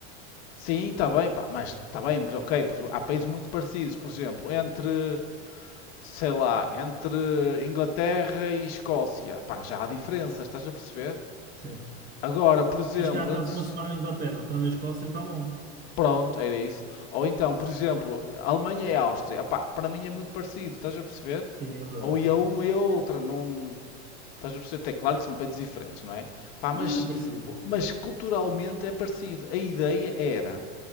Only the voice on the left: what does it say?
Sim, está bem, pá, mas está bem, mas ok, pois há países muito parecidos, por exemplo, entre, sei lá, entre Inglaterra e Escócia, pá, já há diferenças, estás a perceber?
Agora, por exemplo,
entre.
Pronto, era isso. Ou então, por exemplo, Alemanha e Áustria, pá, para mim é muito parecido, estás a perceber?
Ou ia um ou ia outra, não. Estás a perceber? É claro que são países diferentes, não é? Pá,
mas,
mas culturalmente é parecido. A ideia era,